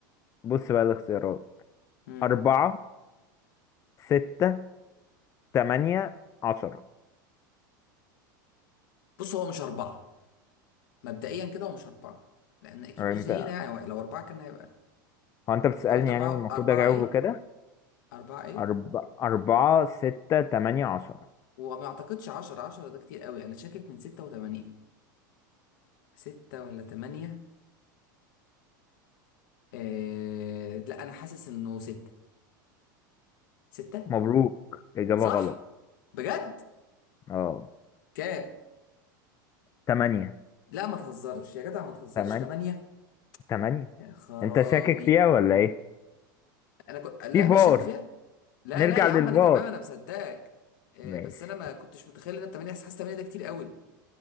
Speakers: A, on the left (about 30°); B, on the left (about 70°).
A: بص بقى الاختيارات
B: مم.
A: أربعة ستة تمانية عشرة
B: بص هو مش اربعه مبدئيا كده هو مش اربعه لان اكيد
A: أه،
B: مش
A: أنت
B: زينا يعني هو لو اربعه كان هيبقى
A: هو أنت بتسألني
B: انت قلت اربعه
A: يعني والمفروض
B: اربعه
A: أجاوب
B: ايه
A: كده
B: اربعه ايه
A: أرب... أربعة ستة تمانية عشرة
B: وما اعتقدش 10 10 ده كتير قوي انا شاكك من 6 و8 6 ولا 8 آه... لا انا حاسس انه 6 ستة
A: مبروك إجابة
B: صح
A: غلط
B: بجد
A: أه
B: كام
A: تمانية
B: لا ما تهزرش يا جدع ما تهزرش
A: تمانية
B: تمانية
A: تمانية
B: يا خرابي
A: أنت شاكك فيها ولا إيه؟
B: انا كنت لا
A: في فار
B: مش شاك فيها لا
A: نرجع
B: لا يا
A: للفار
B: عم انا تمام انا مصدقك آه،
A: ماشي
B: بس انا ما كنتش متخيل ان أنا تمانية حاسس تمانية ده كتير قوي